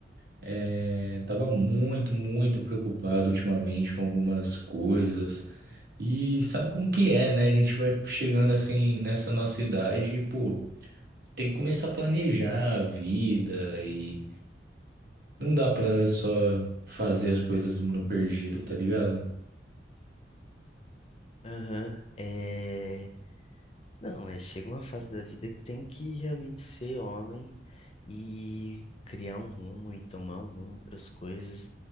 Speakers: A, on the right; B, on the left.
A: É, tava muito, muito preocupado ultimamente com algumas coisas. E sabe como que é, né? A gente vai chegando assim nessa nossa idade e, pô, tem que começar a planejar a vida e Não dá pra só fazer as coisas no perdido, tá ligado?
B: Aham, é... Não, é, chega uma fase da vida que tem que realmente ser homem e criar um rumo e tomar um rumo para as coisas